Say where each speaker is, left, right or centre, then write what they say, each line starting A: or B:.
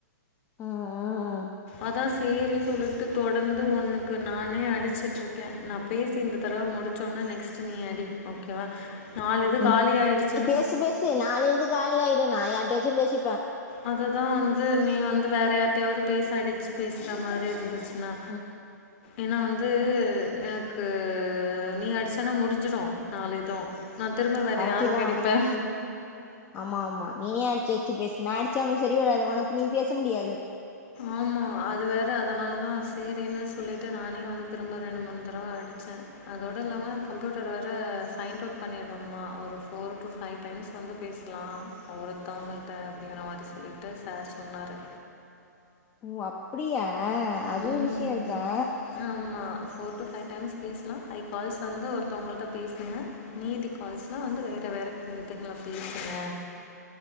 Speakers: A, on the left; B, on the left.
A: ம் ம்
B: அதா சேரி சொல்லுட்டு தொடர்ந்து உன்னக்கு நானே அடிச்சிட்டுருக்கே நா பேசி இந்த தடவ முடிச்சோனா நெக்ஸ்ட் நீ அடி ஓகேவா நாலு இது காலி
A: ம்
B: ஆயிடுச்
A: நீ பேசு பேசு நாலு இது காலியாயிடு நா யாருட்டயாச்சி பேசிப்பே
B: அதுதா வந்து நீ வந்து வேற யார்ட்டையாவது பேச அடிச்சு பேசுற மாரி இருந்துச்சுனா
A: ம்
B: ஏன்னா வந்து எனக்கு நீ அடிசனா முடிஞ்சுடு நாலிது நா திரும்ப வேற
A: கரெக்டு
B: யாருக்கு
A: தான்
B: அடிப்ப
A: ஆமா ஆமா நீயே அடிச்ச அடிச்சு பேசு நா அடிச்சா உனக்கு சேரி வராது உனக்கு நீ பேச முடியாது
B: ஆமா அது வேற அதனால தா சேரின்னு சொல்லிட்டு நானே வந்து திரும்ப ரெண்டு மூணு தடவ அடிச்ச அதோட இல்லாம கம்ப்யூட்டர் வேற சைண்ட்டவுட் பண்ணிடுமா ஓக் ஒரு ஃபோர் டு ஃபைவ் டைம்ஸ் வந்து பேஸ்லா ஒருத்தவங்கள்ட்ட அப்படிங்கற மாதிரி சொல்லிட்டு சார் சொன்னாரு
A: ஓ அப்டியா
B: ம்
A: அது ஒரு விஷ்யோ இருக்கா
B: ஆமா ஃபோர் டு ஃபைவ் டைம்ஸ் பேசலா ஃபைவ் கால்ஸ் வந்து ஒருத்தவங்கள்கிட்ட பேசுங்க மீதி கால்ஸ்லா வந்து வேற வேற இதுங்கள பேசுங்க